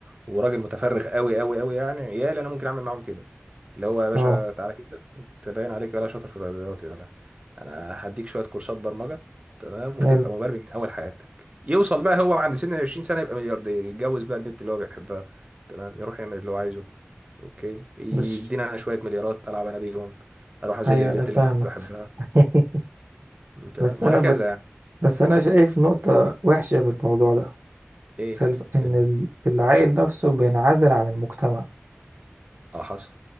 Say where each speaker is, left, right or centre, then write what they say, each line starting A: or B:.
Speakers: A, on the right; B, on the right.
A: وراجل متفرغ قوي قوي قوي يعني عيالي انا ممكن اعمل معاهم كده اللي هو يا باشا
B: اه
A: تعالى كده انت باين عليك ولا شاطر في الرياضيات يا لا انا هديك شويه كورسات برمجه تمام
B: حلو
A: وتبقى مبرمج من اول حياتك يوصل بقى هو عند سن ال 20 سنه يبقى ملياردير يتجوز بقى البنت اللي هو بيحبها تمام يروح يعمل اللي هو عايزه اوكي يدينا
B: بس
A: انا شويه مليارات العب انا بيهم اروح اذل
B: ايوه
A: البت
B: انا فاهمك
A: اللي انا كنت بحبها
B: <laughs>
A: تمام
B: بس انا
A: وهكذا
B: بت...
A: يعني
B: بس انا شايف نقطة وحشة في الموضوع ده
A: ايه
B: سلف ان
A: ال-
B: ال- العيل نفسه بينعزل عن المجتمع
A: اه حصل